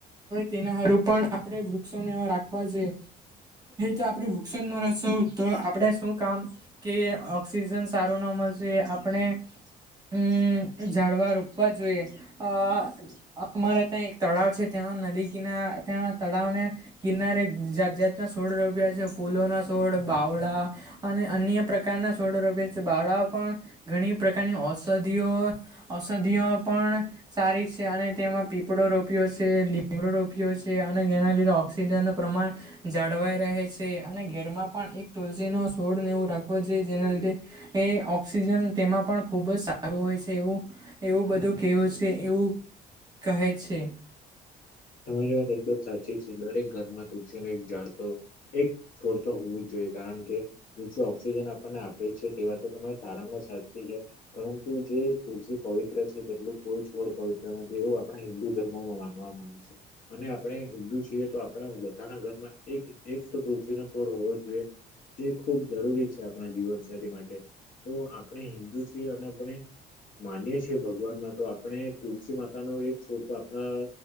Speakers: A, on the right (about 25°); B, on the left (about 55°).
A: તેના હારે પણ આપે વૃક્ષોને રાખવા જોએ તો આપડે વૃક્ષો ના રશો તો આપણે શું કામ કે ઓક્સિજન સારું ના મળશે આપણે હમ જાઝડવા રોપવા જોઈએ અ અમારે ત્યાં એક તળાવ છે ત્યાં નદી કિના ત્યાં તળાવને કિનારે જાત જાતના સોળ રોપિયા છે ફૂલો ના સોળ બાવળા અને અન્ય પ્રકારના સોડો રોપયા બાવળા પણ ઘણી પ્રકારની ઔષધિઓ ઔષધિઓ પણ સારી છે અને તેમાં પીપળો રોપ્યો છે ગડો રોપ્યો છે અને એના લીધે ઓક્સિજન ન પ્રમાણ જાળવાય રહે છે અને ઘેરમાં પણ એક તુલસી નો સોડનેવું રાખવો જોઈએ જેના લીધે એ ઓક્સિજન તેમાં પણ ખુબ જ સારું હોય છે એવું એવું બધું કેવું છે એવું કહે છે.
B: તમારી વાત એકદમ સાચી છે દરેક ઘરમાં તુલસી ન એક ઝડતો એક છોડતો હોવું જ જોઈ કારણ કે વૃક્ષો ઓક્સિજન આપણને આપે છે તેવા તો તમા સારામાં સાચી પરંતુ જે તુલસી પવિત્ર છે તેટલું કોઈ છોડ પવિત્ર નથી એવું આપણા હિન્દુ ધર્મોમાં માનવામાં આવયું છે. અને આપણે હિન્દુ છીએ તો આપણા બધાના ઘરમાં એક એક તો તુલસી નો છોડ હોવો જ જોઈએ. જે ખૂબ જરૂરી છે આપણા જીવનસાથી માટે તો આપણે હિન્દુ છીએ અને આપણે માનીએ છીએ ભગવાનમાં તો આપણે તુલસી માતા ન એક છોડ તો આપણા